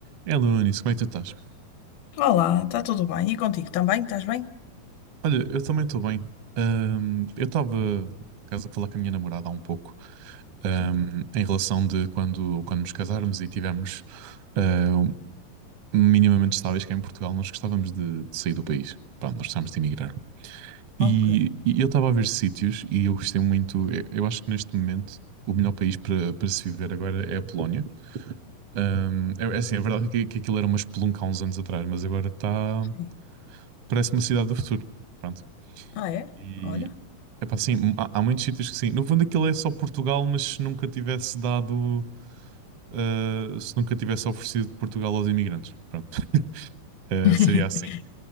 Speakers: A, on the right; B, on the left.
A: É Anis, como é que tu estás?
B: Olá, está tudo bem? E contigo também? Estás bem?
A: Olha, eu também estou bem. Ahm, eu estava, por acaso, a falar com a minha namorada há um pouco, ahm,
B: Sim.
A: em relação de quando, quando nos casarmos e tivermos ah, um- minimamente estáveis cá em Portugal, nós gostávamos de, de sair do país. pronto, nós gostávamos de emigrar. E,
B: Ok.
A: e eu estava a ver sítios e eu gostei muito. Eu, eu acho que neste momento o melhor país para, para se viver agora é a Polónia. Ahm, é, é assim, a verdade é que, que aquilo era uma espelunca há uns anos atrás, mas agora está.
B: Sim.
A: Parece uma cidade do futuro. Pronto.
B: Ah, é?
A: E
B: Olha.
A: epá, assim, há, há muitos sítios que sim. No fundo, aquilo é só Portugal, mas se nunca tivesse dado, eh, se nunca tivesse oferecido Portugal aos imigrantes, pronto, <laughs> Eh,
B: <laughs>
A: seria assim.